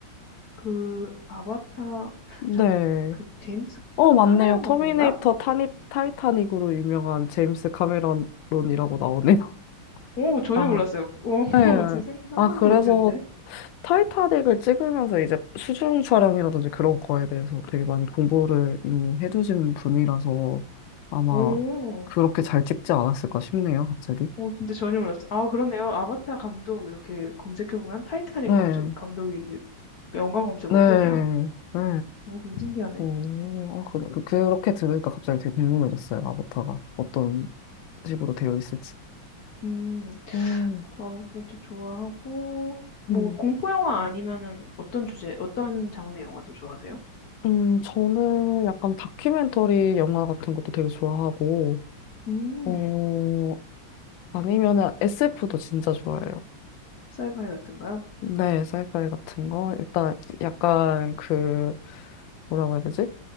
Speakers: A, on the left; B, on the left.
A: 그 아바타
B: 네.
A: 자, 그 제임스
B: 어, 맞네요.
A: 카메론 감독인가요?
B: 터미네이터 타니, 타이타닉으로 유명한 제임스 카메론이라고 나오네요. <laughs>
A: 오 전혀
B: 아,
A: 몰랐어요. 오 <laughs>
B: 네.
A: 지금 생- 상상도
B: 아, 그래서
A: 못했는데.
B: 타이타닉을 찍으면서 이제 수중 촬영이라든지 그런 거에 대해서 되게 많이 공부를 이미 해두신 분이라서 아마
A: 오,
B: 그렇게 잘 찍지 않았을까 싶네요, 갑자기.
A: 오 진짜 전혀 몰랐어요. 아 그러네요. 아바타 감독 이렇게 검색해 보면 타이타닉
B: 네,
A: 감독 감독이 이제 연관 검색으로
B: 네,
A: 뜨네요.
B: 네.
A: 오 되게 신기하네.
B: 오, 아, 그, 그, 그렇게 들으니까 갑자기 되게 궁금해졌어요, 아바타가. 어떤 식으로 되어 있을지.
A: 음,
B: 음,
A: 그 아바타도 좋아하고 뭐
B: 음.
A: 공포 영화 아니면은 어떤 주제 어떤 장르 영화도 좋아하세요?
B: 음, 저는 약간 다큐멘터리 영화 같은 것도 되게 좋아하고,
A: 음,
B: 어, 아니면은 SF도 진짜 좋아해요.
A: 사이파이 같은가요?
B: 네, 사이파이 같은 거. 일단 약간 그 뭐라고 해야 되지?